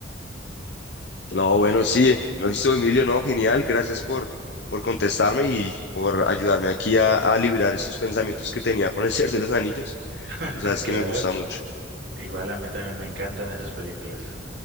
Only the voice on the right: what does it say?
Sí,
<laughs>
claro.
Igual a mí también me encantan esas películas.